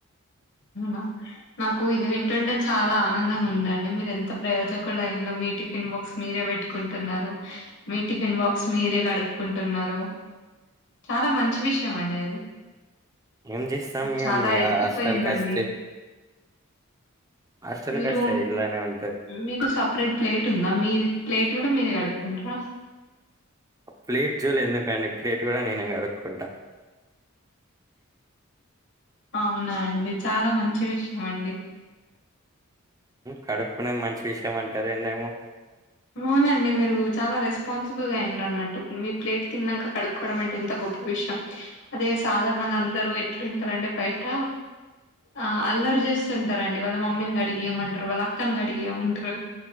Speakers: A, on the left; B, on the right.
A: అవునా నాకు ఇది వింటుంటే చాలా ఆనందంగా ఉందండి మీరు ఎంత ప్రయోజకులలైన్లో మీటి టిఫిన్ బాక్స్ మీరే పెట్టుకుంటున్నారు మీ టిఫిన్ బాక్స్ మీరే కడుక్కుంటున్నారు చాలా మంచి విషయం అండి అది
B: ఏం జేస్తాం
A: చాలా
B: ఇగ
A: ఎదిగిపోయిందండి
B: హాస్టల్కి వస్తే హాస్టల్కి
A: మీరు
B: వస్తే ఇలానే ఉంటది
A: మీకు సపరేట్ ప్లేట్ ఉందా మీర్ ప్లేట్ కూడా మీర కడుక్కుంటరా
B: ప్లేట్ జోలే ఎందుకండి ప్లేట్ కూడా నేనే కడుక్కుంటా
A: అవునా అండి చాలా మంచి విషయం అండి
B: కడుక్కునే మంచి విషయం అంటారు ఏందేమో
A: అవునండి మీరు చాలా రెస్పాన్సిబుల్గా అయిన అన్నట్టు మీ ప్లేట్ తిన్నాక కడుక్కోవడం అంటే ఎంత గొ విషయం అదే సాధారణంగా అందరు ఎట్లుంటారండి బయట ఆ అల్లరి చేస్తుంటారు అండి వాళ్ళ మమ్మీని కడిగియమంటారు వాళ్ళ అక్కని కడిగియమంటారు